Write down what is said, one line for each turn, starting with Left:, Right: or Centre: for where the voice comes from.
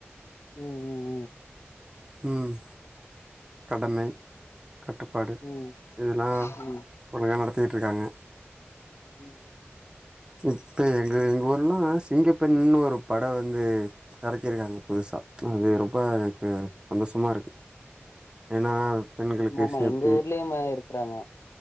Left: ம் ம் ம்
Right: ம் கடமை கட்டுப்பாடு
Left: ம்
Right: இதெல்லா
Left: ம் ம்
Right: ஒழுங்கா நடத்திட்டு இருக்காங்க
Left: ம்
Right: இப்ப எங்க எங்க ஊர்ல்லா சிங்கப்பெண்ணுனு ஒரு பட வந்து எறக்கிருக்காங்க புதுசா அது ரொம்ப எனக்கு சந்தோஷமா இருக்கு ஏனா பெண்களுக்கு
Left: ஆமாமா
Right: சேஃப்டி
Left: எங்க ஊர்லயுமே இருக்கறாங்க